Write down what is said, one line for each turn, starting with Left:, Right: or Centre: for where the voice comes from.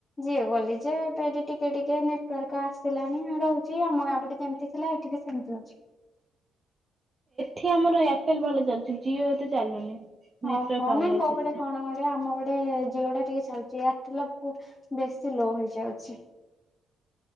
Left: ଜିଓ କଲି ଯେ ଏବେଠି ଟିକେ ଟିକେ ନେଟୱାର୍କ ଆସ୍। ଆସିଳାଣି ରହୁଛି। ଆମ ଗାଁ ପଠେ ଯେମିତି ଥିଲା ଏଠି ବି ସେମିତି ଅଛି।
Right: ଠି ଆମର ଏୟାରଟେଲ ଭଲ ଚାଲୁଛି ଜିଓ ଏ ତ ଚାଲୁନି। ନେଟୱାର୍କ
Left: ଓହୋ
Right: ପାଉନି
Left: ନାଇଁ କୋଉ
Right: ଏତେ।
Left: ଗଟେ କଣ କଟେ ଆମ ଗଟେ ଜିଓ ଟା ଟିକେ ଚାଲଚି ଏଆରଟେଲ ବେଶୀ ଲୋ ହେଇଯାଉଛି। ଆଚ୍ଛା।